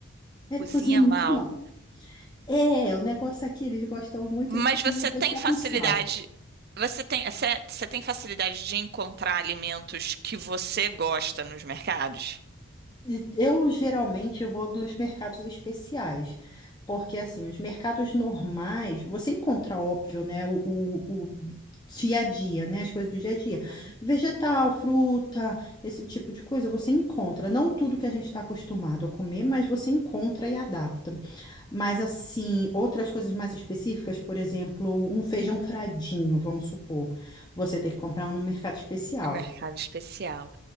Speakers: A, on the left; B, on the right.
A: Ele
B: Cozinha
A: cozinha muito
B: mal.
A: mal. É, o negócio aqui, eles gostam muito
B: Mas
A: de comida
B: você tem
A: só
B: facilidade,
A: com sal.
B: você tem, você, você tem facilidade de encontrar alimentos que você gosta nos mercados?
A: E Eu geralmente vou dos mercados especiais, porque assim, os mercados normais, você encontra, óbvio, né, o, o, o dia a dia, né, as coisas do dia a dia.
B: Uhum.
A: Vegetal, fruta, esse tipo de coisa, você encontra. Não tudo que a gente está acostumado a comer, mas você encontra e adapta. Mas assim, outras coisas mais específicas, por exemplo, um feijão fradinho, vamos supor, você tem que comprar um no mercado especial.
B: No mercado especial.